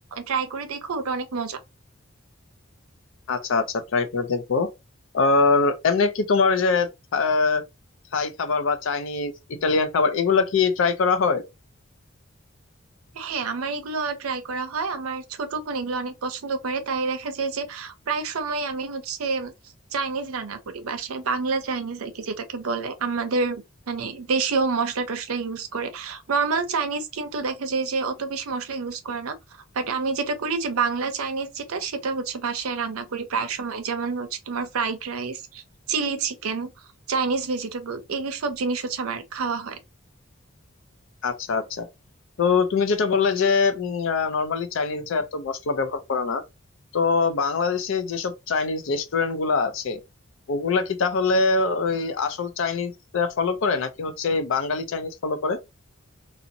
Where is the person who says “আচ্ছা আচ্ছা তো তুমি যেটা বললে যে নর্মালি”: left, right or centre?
Left